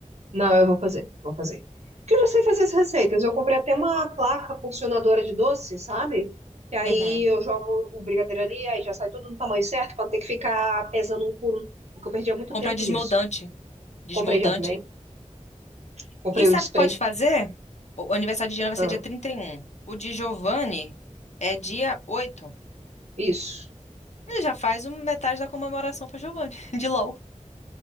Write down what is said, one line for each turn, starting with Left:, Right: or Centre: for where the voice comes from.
Right: Não, eu vou fazer, vou fazer. Porque eu já sei fazer as receitas. Eu comprei até uma placa porcionadora de doce, sabe? Que aí
Left: Uhum.
Right: eu jogo o brigadeiro ali, aí já sai tudo no tamanho certo, pra não ter que ficar pesando um por um. Porque eu perdia muito
Left: Comprar
Right: tempo
Left: desmoldante.
Right: nisso.
Left: Desmoldante.
Right: Comprei já também. Comprei
Left: E sabe
Right: o de spray.
Left: o que pode fazer? O o aniversário de Diana vai
Right: Ah,
Left: ser dia trinta e um O de Giovanni é dia oito
Right: isso.
Left: Ele já faz um- metade da comemoração pra Giovanni, <laughs> de LOL.